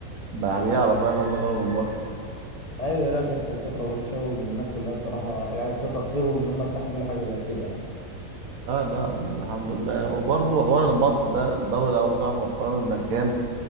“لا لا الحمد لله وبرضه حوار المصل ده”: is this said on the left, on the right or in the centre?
Right